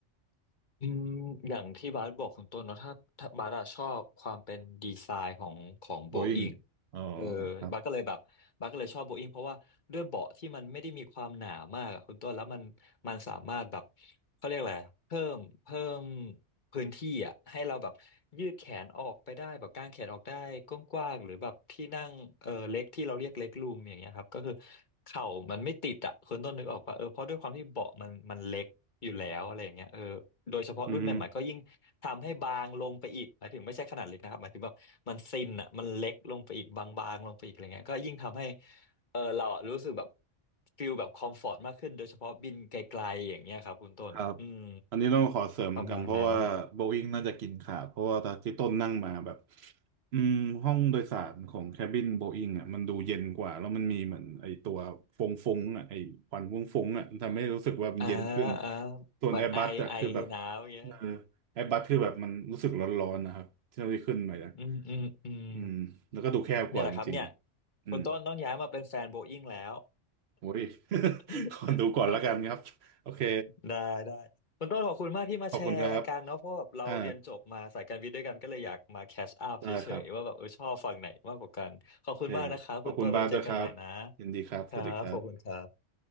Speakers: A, on the left; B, on the right.
A: อืมอย่างที่บาสบอกคุณต้นเนาะถ้าถ้าบาสอะชอบความเป็นดีไซน์ของของโบอิง
B: Boeing อ๋อ
A: เออ
B: ครับ
A: บาสก็เลยแบบบาสก็เลยชอบโบอิงเพราะว่าด้วยเบาะที่มันไม่ได้มีความหนามากอะคุณต้นแล้วมันมันสามารถแบบเขาเรียกอะไรเพิ่มเพิ่มพื้นที่อะให้เราแบบยืดแขนออกไปได้แบบกางแขนออกได้กว้างๆหรือแบบที่นั่งเออเล็กที่เราเรียกเล็กรูมอย่างเงี้ยครับก็คือเข่ามันไม่ติดอะคุณต้นนึกออกปะเออเพราะด้วยความที่เบาะมันมันเล็ก อยู่แล้วอะไรอย่างเงี้ยเออโดยเฉพาะรุ่นใหม่ๆก็ยิ่งทำให้บางลงไปอีกหมายถึงไม่ใช่ขนาดเล็กนะครับหมายถึงแบบมันซินอ่ะมันเล็กลงไปอีกบางๆลงไปอีกอะไรเงี้ยก็ยิ่งทำให้
B: อืม
A: เออเราอะรู้สึกแบบฟิลแบบคอมฟอร์ตมากขึ้นโดยเฉพาะบินไกลๆอย่างเงี้ยครับคุณต้นอืม
B: ครับอันนี้ต้องขอเสริมเหมือนกันเพราะว่าโบอิ
A: ประมาณนั้น
B: n งน่าจะกินขาดเพราะว่าตอนที่ต้นนั่งมาแบบอืมห้องโดยสารของแคบินโบอิ n งอ่ะมันดูเย็นกว่าแล้วมันมีเหมือนไอตัวฟงฟงอ่ะไอควันฟงฟงอ่ะมันทำให้รู้สึกว่ามันเย็นขึ้น
A: อ่าอ่า
B: ส่วนแอร์บัสอ่ะคือแบบ
A: เหมือนไอไอหนาวอย่างเงี้ย
B: เออแอร์บัสคือแบบมันรู้สึกร้อนๆนะครับเที่ยวที่ขึ้นไปนะ
A: อืมอืมอืม
B: อืมแล้วก็ดูแคบกว่าจริงๆอืม
A: เนี่ยแหละครับเนี่ยคุณต้นต้องย้ายมาเป็นแฟนโบอิ้งแล้ว
B: โอ้ย <laughs>
A: <laughs>
B: ขอดูก่อนละกันครับโอเค
A: ได้ได้คุณต้นขอบคุณมากที่มาแชร์กันเนาะเพราะแบบเราเรียนจบมาสายการวิทย์ด้วยกันก็เลยอยากมาแคชอัพเฉยๆว่าแบบเออชอบฝั่งไหนมากกว่ากันขอบคุณมากนะคะคุณต้นไว้เจอกันใหม่นะ
B: ขอบคุณครับอ่า ได้ครับโอเคขอบคุณบาสด้วยครับยินดีครับสวัสดีครับ
A: ครับขอบคุณครับ